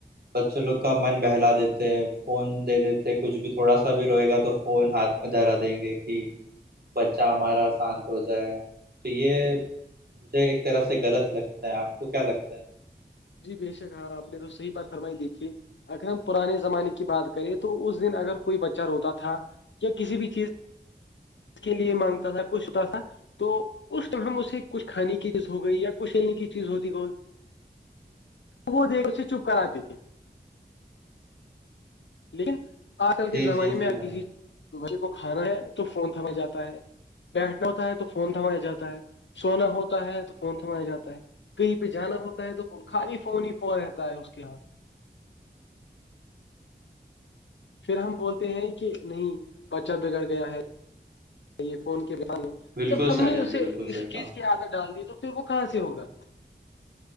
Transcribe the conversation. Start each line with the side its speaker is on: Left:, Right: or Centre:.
Right: بچوں لوگ کا من بہلا دیتے ہیں فون دے دیتے کچھ بھی تھوڑا سا بھی روے گا تو فون ہاتھ دہرا دیں گے کہ بچہ ہمارا شانت ہو جائے تو یہ مجھے ایک طرح سے غلط لگتا ہے آپ کو کیا لگتا ہے
Left: جی بے شک ہاں آپ نے تو صحیح بات فرمائی دیکھی اگر ہم پرانے زمانے کی بات کریں تو اس دن اگر کوئی بچہ روتا تھا کسی بھی چیز کے لیے مانگتا تھا کچھ ہوتا تھا تو اس ٹم اسے کچھ کھانے کی چیز ہو گئی یا دے نی کی چیز ہوتی وہ دےکےچپ کر آتے تھے لیکن آج کل کے
Right: جی
Left: زمانے
Right: جی جی
Left: میں اگر
Right: بھائی
Left: کسی
Right: بالکل
Left: بھائی کو کھانا ہے تو فون تھما جاتا ہے بیٹھنا ہوتا ہے تو فون تھمایا جاتا ہے سونا ہوتا ہے تو فون تھمایا جاتا ہے کہیں پہ جانا ہوتا ہے تو خالی فون ہی فون رہتا ہے اس کے ہاتھ پھر ہم بولتے ہیں کہ نہیں بچہ بگڑ گیا ہے یہ فون کے بنا نہیں
Right: بالکل
Left: جب ہم
Right: سائی
Left: نے
Right: جان
Left: اسے
Right: بالکل
Left: اس
Right: صحیح
Left: چیز
Right: کہا
Left: کے عادت ڈال دی تو پھر وہ کہاں سے ہوگا